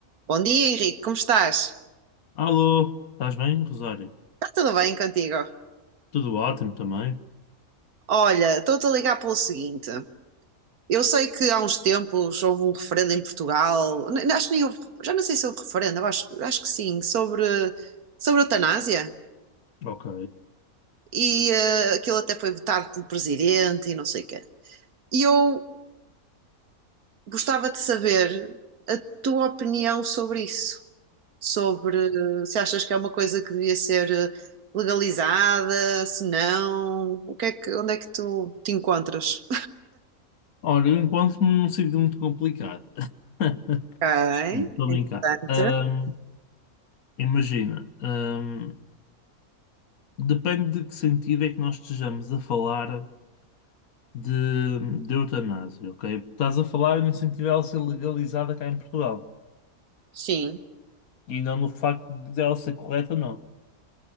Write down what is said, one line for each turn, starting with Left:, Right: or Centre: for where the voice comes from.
Right: Bom dia, Henrique, como estás?
Left: Alô, estás bem, Rosário?
Right: Está tudo bem contigo?
Left: Tudo ótimo também?
Right: Olha, estou-te a ligar pelo seguinte. Eu sei que há uns tempos houve um referendo em Portugal, n- acho que nem houve, já não sei se houve referendo, acho, acho que sim, sobre, sobre a eutanásia.
Left: Ok.
Right: E eh, aquilo até foi votado pelo presidente e não sei o quê. E eu Gostava de saber a tua opinião sobre isso. Sobre eh, se achas que é uma coisa que devia ser eh, legalizada, se não, o que é que, onde é que tu te encontras?
Left: Olha, eu encontro-me num sítio muito complicado. <laughs>
Right: Ok,
Left: Estou a
Right: interessante.
Left: brincar. Ahm, imagina, ahm, depende de que sentido é que nós estejamos a falar de, de eutanásia, ok? Estás a falar no sentido dela ser legalizada cá em Portugal
Right: Sim,
Left: e não no facto de ela ser correta, não.